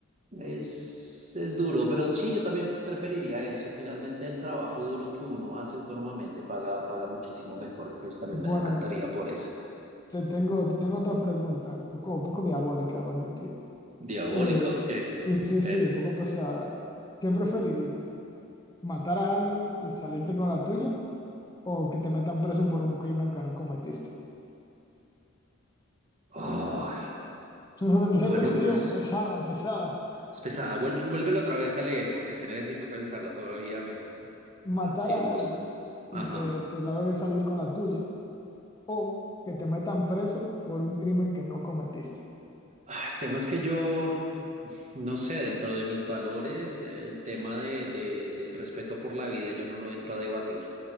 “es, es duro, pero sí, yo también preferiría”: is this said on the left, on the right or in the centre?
Right